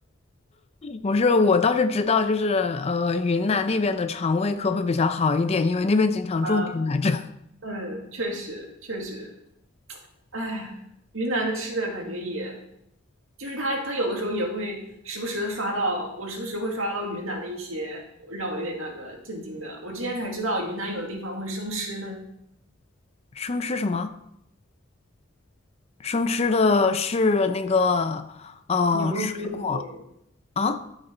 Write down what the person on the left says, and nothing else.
不是，我倒是知道，就是呃，云南那边的肠胃科会比较好一点，因为那边经常种田来着。
<laughs> 生吃什么？生吃的是那个，呃，
水果
啊，